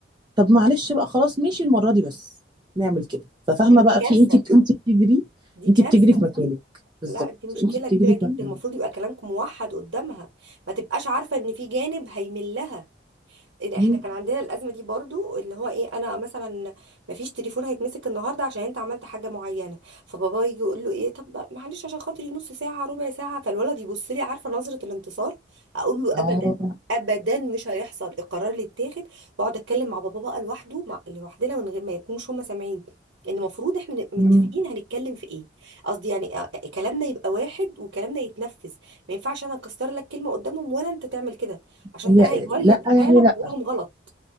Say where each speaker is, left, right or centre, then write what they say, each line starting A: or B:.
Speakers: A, on the right; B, on the right.
A: طب معلش بقى خلاص ماشي المره دي بس نعمل كده ففاهمه
B: هي دي
A: بقى
B: كارثة
A: في انت بت... انت بتجري
B: دي
A: انت
B: كارثة
A: بتجري في مكانك بالظبط
B: لا دي مشكلة
A: انت بتجري
B: كبيرة جدا
A: في مكانك
B: المفروض يبقى كلامكم موحد قدامها ما تبقاش عارفة ان في جانب هيملها إيه،
A: مم.
B: احنا كان عندنا الازمه دي برضو اللي هو ايه انا مثلا مفيش تليفون هيتمسك النهارده عشان انت عملت حاجه معينه فبابا يجي يقول له ايه طب بقى معلش عشان خاطري نص ساعه ربع ساعه فالولد يبص لي عارفه نظره الانتصار اقول له
A: اه
B: ابدا ابدا مش هيحصل القرار اللي اتاخد واقعد اتكلم مع بابا بقى لوحده مع لوحدنا من غير ما يكونوش هم سامعين ان المفروض احنا نبقى
A: مم.
B: متفقين هنتكلم في ايه قصدي يعني آه، كلامنا يبقى واحد وكلامنا يتنفذ ما ينفعش انا اكسر لك كلمه قدامهم ولا انت تعمل كده عشان
A: هي
B: ده هيولد
A: لا
B: حاله
A: يعني لا
B: جواهم غلط